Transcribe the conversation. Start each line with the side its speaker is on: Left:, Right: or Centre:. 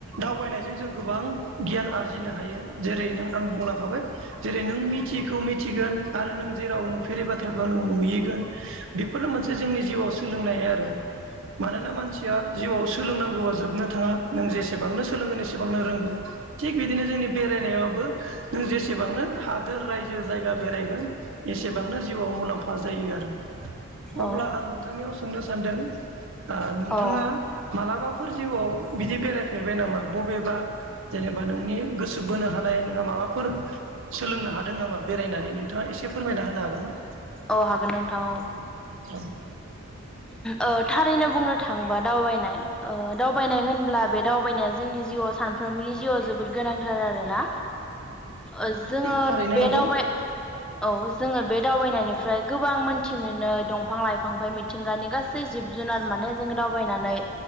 Right: दावबायनायजों जों गोबां गियान आरजिनो हायो जेरै नों आं बुंलांखाबाय जेरै नों मिथियैखौ मिथिगोन आरो नों जेराव नुफेरै बाथ्राखौ नों नुयैगोन बेफोरनो मोनसे जोंनि जिउआव सोलोंनाय आरो मानोना मानसिया जिउआव सो सोलोंनांगौआ जोबनो थाङा नों जेसेबांनो सोलोंगोन एसेबांनो रोंगोन थिग बिदिनो जोंनि बेरायनायावबो नों जेसेबांनो हादोर रायजो जायगा बेरायगोन एसेबांनो जिउआव मुलाम्फा जायो आरो अब्ला
Centre: औ
Right: आं नोंथांनियाव सोंनो सान्दों ओ नोंथाङा
Centre: औ
Right: मालाबा फोर जिउआव बिदि बेरायफेरबाय नामा बबेबा जेनेबा नोंनि गोसो बोनो हानाय नोंहा माबाफोर सोलोंनो हादों नामा बेरायनानै नोंथाङा एसे फोरमायना होनो हागोन ना
Centre: औ हागोन नोंथां औ
Right: औ
Centre: ओ थारैनो बुंनो थांबा दावबायनाय ओ दावबायनाय होनब्ला बे दावबायनाया जोंनि जिउआव सानफ्रोमबोनि जिउआव जोब जोबोद गोनांथार आरोना ओ जोङो
Right: थारैनो
Centre: बे
Right: नंगौ
Centre: दावबाय औ जोङो बे दावबायनायनिफ्राय गोबां मोनथि मोनो दंफां लाइफां मि थिंगानि गासै जिब जुनार माने जों दावबायनानै